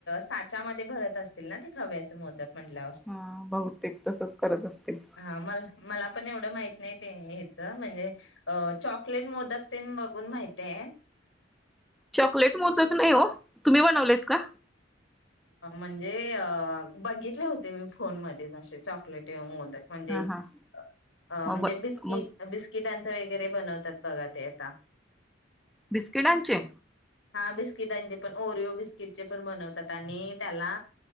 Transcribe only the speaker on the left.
साच्यामध्ये भरत असतील ना ते खव्याचे मोदक म्हटल्यावर
हा म मला पण एवढं माहित नाही ते हच म्हणजे चॉकलेट मोदक तेन बघून माहिती आहे
म्हणजे बघितले होते मी फोन मध्ये असे चॉकलेट मोदक म्हणजे
बिस्कीट
पासून वगैरे बनवतात बघा ते आता
हा बिस्किटांचे पण ओरिओ बिस्किट चे पण बनवतात आणि त्याला